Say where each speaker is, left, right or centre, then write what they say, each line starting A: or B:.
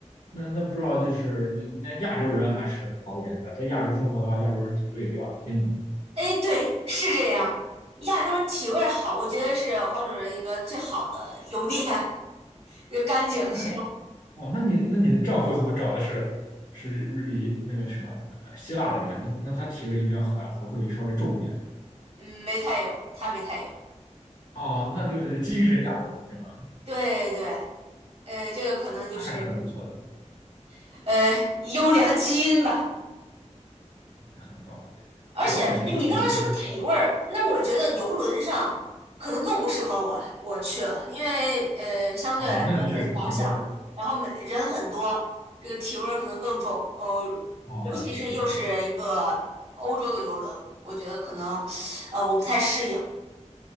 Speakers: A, on the left; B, on the right.
A: 那那不知道就是那亚洲人还是好一点的，在亚洲生活的话，亚洲人脾胃比较平稳的。
B: 哎，对，是这样。亚洲人体味儿好，我觉得是黄种人一个最好的优点，<laughs> 就干净香。
A: 那哦，那你那你丈夫怎么找的是是日那个什么呃希腊的人？那那他体味应该还还会稍微重一点的。
B: 嗯，没太有，他没太有。
A: 哦，那就是精神亚洲人是吧？
B: 对对，呃，这个可能就是
A: 那还是很不错的，
B: <laughs> 呃优良基因吧。
A: 很棒。对，
B: 而且，
A: 我也感觉就是有时候那个
B: 哎，你刚才说体味儿，那我觉得游轮上可能更不适合我我去了，因为呃，相对来说很狭小，
A: 哦，那个确实很多人。
B: 然后每人很多，这个体味儿可能更重。呃，
A: 哦，
B: 尤其是又是一个欧洲的游轮，
A: 对对对对。
B: 我觉得可能呃我不太适应。